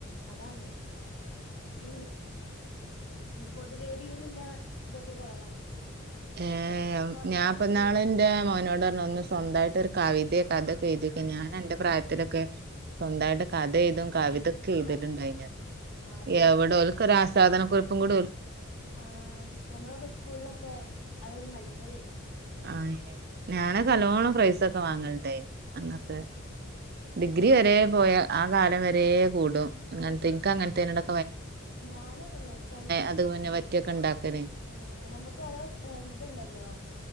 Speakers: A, on the left (about 70°); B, on the right (about 50°).
A: അതാണ് ഈ പൊതുവേദിയിലുള്ള ഇതൊക്കെ കുറവാണല്ലോ
B: ഏ
A: പൊറത്തിറങ്ങി
B: ഞാനിപ്പ ഇന്നാള്
A: പോണ
B: എന്റെ മോനോട് പറഞ്ഞ് ഒന്ന് സ്വന്തമായിട്ട് ഒരു കവിതയെ കഥയൊക്കെ എഴുതി വെയ്ക്ക് ഞാൻ അന്റെ പ്രായത്തിലൊക്കെ സ്വന്തമായിട്ട് കഥ എഴുതും കവിത ഇതൊക്കെ എടുതലിണ്ടായി
A: ക
B: ഞാൻ
A: അത്
B: എവിടെ ഓർക്ക് ഒരു ആസ്വാദനക്കുറിപ്പ്‌ ഒന്നും കൂട
A: ആ ഞമ്മളൊക്കെ സ്കൂളിലൊക്കെ അതൊരു മത്സരായിരുന്നു
B: ആ ഞാൻ നല്ലോണം പ്രൈസ് ഒക്കെ വാങ്ങലു <unintelligible>
A: ആഹ്
B: അന്നത്തെ <unintelligible> ഗ്രി വരെ പോയാ ആ കാലം വരെ കൂടും അതെ ഇനക്ക് അങ്ങനത്തിനോടാ
A: ഞാന അതെന്നെച്ച
B: അത് പിന്നെ പറ്റിയൊക്കെ ഉണ്ടാക്കല്
A: ആ നമ്മുക്ക് ഓരോ ഇതുണ്ടല്ലോ